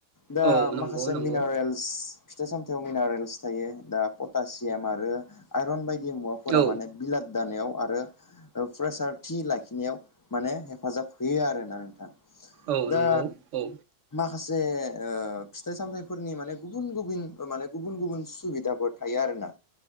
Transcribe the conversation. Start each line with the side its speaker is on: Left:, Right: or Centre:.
Left: दा
Right: औ नंगौ
Left: माखासे
Right: नंगौ
Left: मिनारेल्स फिथाइ सामथायाव मिनारेल, सो थायो दा पटासियाम आरो आइरन बाय इ मुवाफोरा
Right: औ
Left: माने बिलाद, दानायाव आरो प्रेसार थि लाखिनायाव माने हेफाजाब होयो आरोना नोंथां
Right: औ
Left: दा
Right: नंगौ औ
Left: माखासे ओ फिथाइ सामथाइफोरनि माने गुबुन गुबुन माने गुबुन गुबुन सुबिदाफोर थायो आरोना